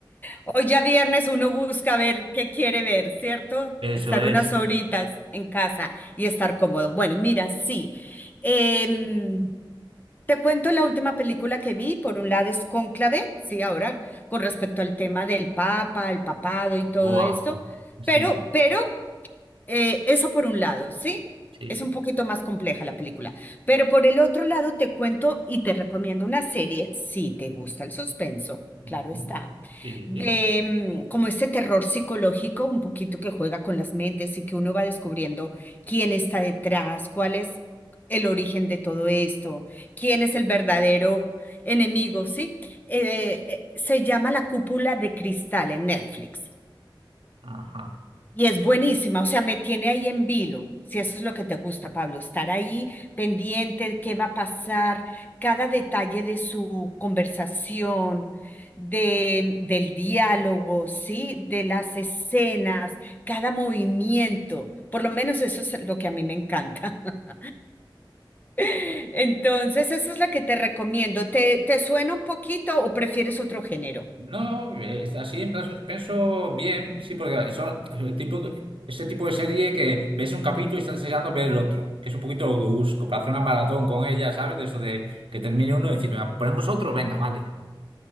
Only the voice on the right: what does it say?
Eso
es.
Buah,
sí,
sí.
ujú,
Sí,
ajá.
No, eh, así en plan suspenso, bien, sí, porque son es el tipo, ese tipo de serie que ves un capítulo y estás deseando ver el otro, que es un poquito lo que busco, para hacer una maratón con ella, ¿sabes? De eso de que termine uno y decir, "Venga, ponemos otro, venga, vale.